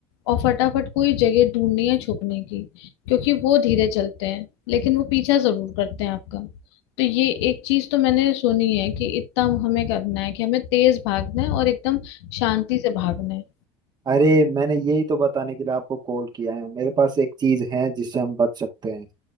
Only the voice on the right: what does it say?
अरे मैंने यही तो बताने के लिए आपको कॉल किया है मेरे पास एक चीज है जिससे हम बच सकते हैं